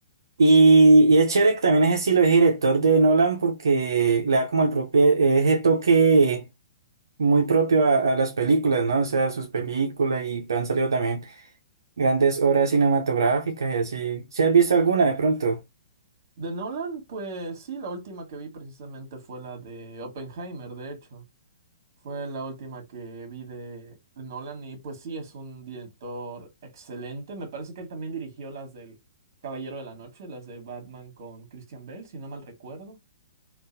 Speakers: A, on the right; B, on the right.
A: Y, y es chévere que también es estilo es director de Nolan porque le da como el propio, ese toque muy propio a, a las películas, ¿no? O sea, sus películas y han salido también grandes obras cinematográficas y así. ¿Si has visto alguna de pronto?
B: De Nolan, pues sí, la última que vi precisamente fue la de Oppenheimer, de hecho. Fue la última que vi de de Nolan y pues sí, es un director excelente. Me parece que él también dirigió las del Caballero de la Noche, las de Batman con Christian Bale, si no mal recuerdo.